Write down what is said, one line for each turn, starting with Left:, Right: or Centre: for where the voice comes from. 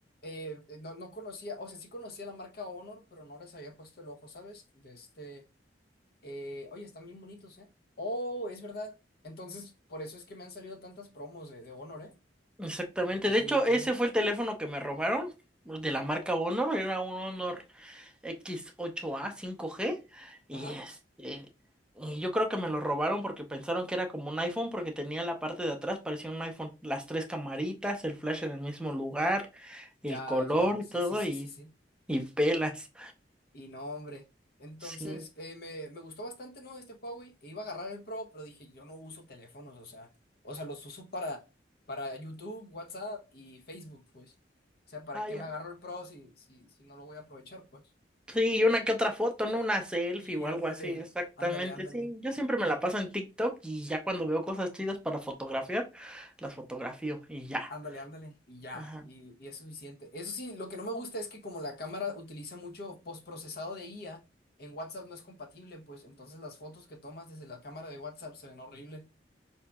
Left: Eh, no, no conocía, o sea, sí conocía la marca Honor, pero no les había puesto el ojo, ¿sabes? De este... Eh, oye, están bien bonitos, ¿eh? Oh, es verdad. Entonces, por eso es que me han salido tantas promos de, de Honor, ¿eh?
Centre: Exactamente,
Left: Ok,
Centre: de hecho,
Left: ok.
Centre: ese fue el teléfono que me robaron de la marca Honor, era un Honor X8A 5G. Y
Left: Ajá.
Centre: este. Y Yo creo que me lo robaron porque pensaron que era como un iPhone, porque tenía la parte de atrás, parecía un iPhone. Las tres camaritas, el flash en el mismo lugar, el
Left: Ya,
Centre: color
Left: ya.
Centre: y
Left: Sí,
Centre: todo,
Left: sí, sí,
Centre: y,
Left: sí, sí.
Centre: y pelas.
Left: Y no, hombre. Entonces,
Centre: Sí,
Left: eh, me, me gustó bastante, ¿no? Este Huawei. E iba a agarrar el Pro, pero dije, yo no uso teléfonos, o sea, o sea, los uso para, para YouTube, WhatsApp y Facebook, pues. O sea, ¿para
Centre: ah,
Left: qué
Centre: ya.
Left: me agarro el Pro si, si, si no lo voy a aprovechar, pues?
Centre: Sí, y una que otra foto, ¿no? Una selfie
Left: Sí,
Centre: o algo
Left: ándale,
Centre: así, exactamente.
Left: ándale, ándale.
Centre: Sí, yo siempre me la paso en TikTok y ya cuando veo cosas chidas para fotografiar, las fotografío y ya.
Left: Ándale, ándale, y ya,
Centre: Ajá.
Left: y, y es suficiente. Eso sí, lo que no me gusta es que como la cámara utiliza mucho postprocesado de IA, en WhatsApp no es compatible, pues entonces las fotos que tomas desde la cámara de WhatsApp se ven horribles.